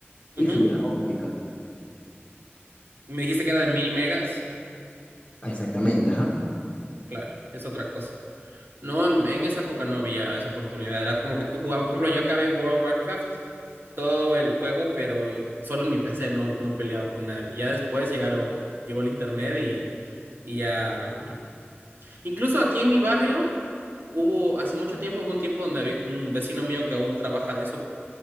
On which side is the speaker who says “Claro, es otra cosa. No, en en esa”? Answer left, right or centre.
Right